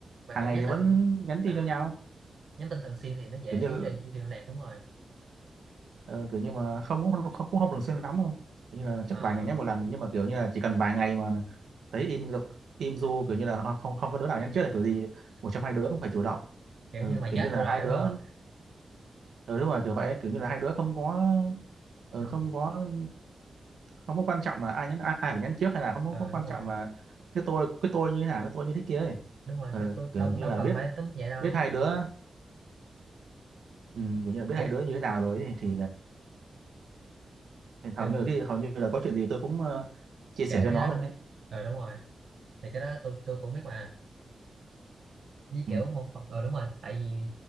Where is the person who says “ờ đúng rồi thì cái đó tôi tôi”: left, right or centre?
Right